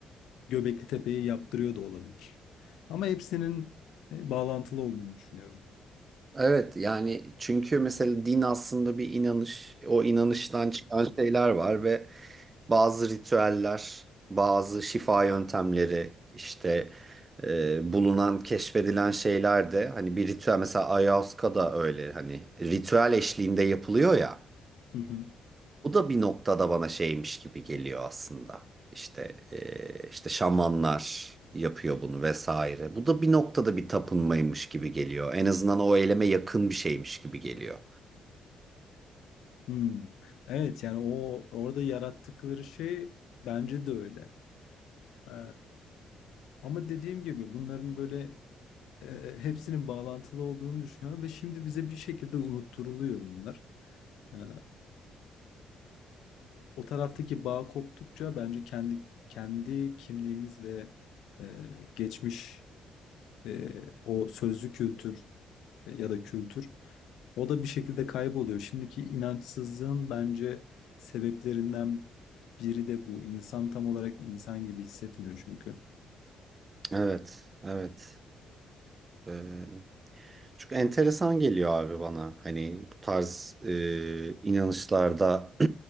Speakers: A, on the left (about 80°); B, on the right (about 30°).
A: Göbekli Tepe'yi yaptırıyor da olabilir. Ama hepsinin e, bağlantılı olduğunu düşünüyorum.
B: Evet yani çünkü mesela din aslında bir inanış. O inanıştan çıkan şeyler var ve bazı ritüeller, bazı şifa yöntemleri işte e, bulunan, keşfedilen şeyler de hani bir ritüel mesela Ayahuasca da öyle hani ritüel eşliğinde yapılıyor ya.
A: Hı hı.
B: Bu da bir noktada bana şeymiş gibi geliyor aslında. İşte eee, işte şamanlar yapıyor bunu vesaire. Bu da bir noktada bir tapınmaymış gibi geliyor. En azından o eyleme yakın bir şeymiş gibi geliyor.
A: Hmm. Evet yani o orada yarattıkları şey bence de öyle. Ee, ama dediğim gibi bunların böyle e, hepsinin bağlantılı olduğunu düşünüyorum ve şimdi bize bir şekilde unutturuluyor bunlar. E, o taraftaki bağ koptukça bence kendi kendi kimliğimiz ve e, geçmiş e, o sözlü kültür e, ya da kültür o da bir şekilde kayboluyor. Şimdiki inançsızlığın bence sebeplerinden biri de bu. İnsan tam olarak insan gibi hissetmiyor çünkü.
B: Evet, evet. Eee, çünkü enteresan geliyor abi bana. Hani bu tarz eee, inanışlarda <clears throat>